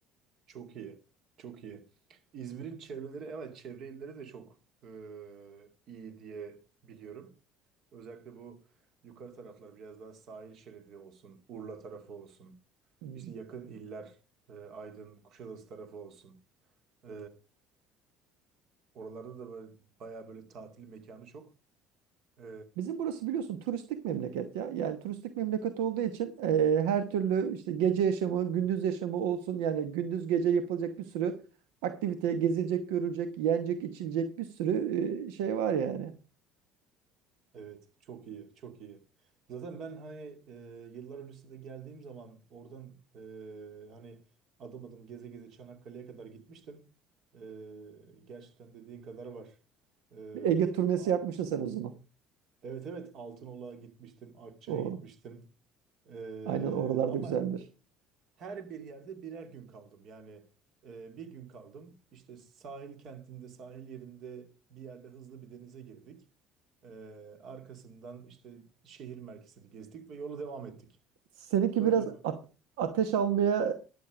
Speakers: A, on the right (about 55°); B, on the right (about 85°).
A: Çok iyi. Çok iyi. İzmir'in çevreleri evet çevre illeri de çok e, iyi diye biliyorum. Özellikle bu yukarı taraflar biraz daha sahil şeridi olsun. Urla tarafı olsun.
B: Hmm.
A: İşte yakın iller e, Aydın, Kuşadası tarafı olsun. E, oralarda da böyle, bayağı böyle tatil mekanı çok. E,
B: Bizim burası biliyorsun turistik memleket ya. Yani turistik memleket olduğu için eee, her türlü işte gece yaşamı, gündüz yaşamı olsun. Yani gündüz gece yapılacak bir sürü aktivite, gezilecek, görülecek, yenecek, içilecek bir sürü eee, şey var yani.
A: Evet, çok iyi, çok iyi. Zaten ben hani e, yıllar öncesinde geldiğim zaman oradan e, hani adım adım geze geze Çanakkale'ye kadar gitmiştim. E, gerçekten dediğin kadar var. E,
B: Bir Ege turnesi
A: a-
B: yapmışsın sen o zaman.
A: evet evet Altınoluk'a gitmiştim, Akçay'a
B: O
A: gitmiştim. E,
B: aynen oralarda
A: ama
B: güzeldir.
A: her bir yerde birer gün kaldım. Yani e, bir gün kaldım. İşte sahil kentinde, sahil yerinde bir yerde hızlı bir denize girdik. E, arkasından işte şehir merkezini gezdik ve yola devam ettik.
B: Seninki
A: Böyle
B: biraz
A: bu.
B: at- ateş almaya